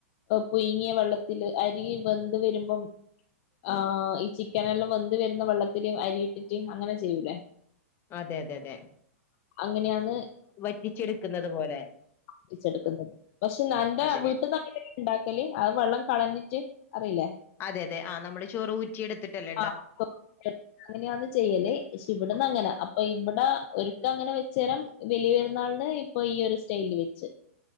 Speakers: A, on the left; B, on the left.
A: പുയിങ്ങിയ വെള്ളത്തില് അരി വെന്ത് വരുമ്പം ആഹ് ഈ ചിക്കനെല്ലാം വെന്ത് വരുന്ന വെള്ളത്തില് അരിയിട്ടിട്ട് അങ്ങനെ ചെയ്യൂലേ
B: അതെ തെ തെ
A: അങ്ങനെയാന്ന്
B: വറ്റിച്ചെടുക്കുന്നത് പോലെ
A: വറ്റിചെടുക്കുന്നത് പക്ഷെ നല്ല
B: അതെ
A: വീട്ടിന്ന് ഉണ്ടാക്കല് അത് വെള്ളം കളഞ്ഞിട്ട് അറിയില്ലേ
B: അതെ അതെ ആഹാ നമ്മള് ചോറ് ഊറ്റി എടുത്തിട്ടല്ലേ
A: <unintelligible> അങ്ങനെയാന്ന് ചെയ്യല് ക്ഷെ ഇവിടന്ന് അങ്ങനെ അപ്പം ഇവിടെ ഒരുക്കം അങ്ങനെ വെച്ചേരം വെലിയ പെരുന്നാളിന് പ്പൊ ഈ ഒരു സ്റ്റൈലില് വെച്ച്